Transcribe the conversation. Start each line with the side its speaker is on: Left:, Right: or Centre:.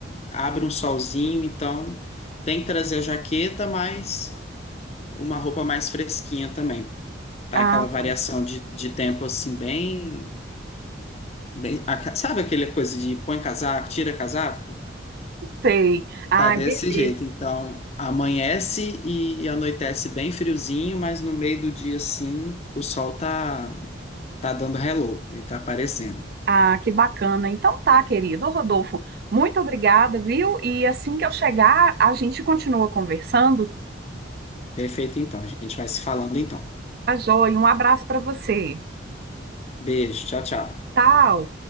Left: abre um solzinho, então tem que trazer a jaqueta, mas uma roupa mais fresquinha também, Tá
Right: Ah,
Left: aquela variação
Right: tá.
Left: de, de tempo assim, bem, bem. aca- Sabe aquela coisa de põe casaco, tira casaco?
Right: sei. Ah,
Left: Tá desse
Right: beleza.
Left: jeito. Então, amanhece e anoitece bem friozinho, mas no meio do dia, assim, o sol tá, tá dando hello, ele tá aparecendo.
Right: Ah, que bacana. Então tá, querido. Ô, Rodolfo, muito obrigada, viu? E assim que eu chegar, a gente continua conversando.
Left: Perfeito, então. A gente vai se falando então.
Right: Tá joia. Um abraço para você.
Left: Beijo, tchau, tchau.
Right: Tchau.